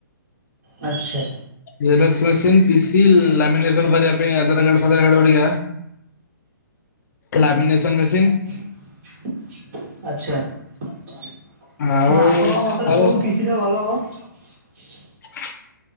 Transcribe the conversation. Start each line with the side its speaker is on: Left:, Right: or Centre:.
Right: ଆଚ୍ଛା।
Left: ଜେରକ୍ସ ମେସିନ୍ ପିସି ଲାମିନେସନ କରିବା ପାଇଁ ଆଧାର କାର୍ଡ ଫାଧାର କାର୍ଡ ହେରିକା ଲାମିନେସନ ମେସିନ
Right: <inaudible> <inaudible> ଆଚ୍ଛା ହଁ
Left: ଆଉ
Right: ଆପଣଙ୍କ ମତରେ
Left: ଆଉ
Right: କୋଉ ପିସି ଟା ଭଲ ହବ? <inaudible>
Left: <inaudible>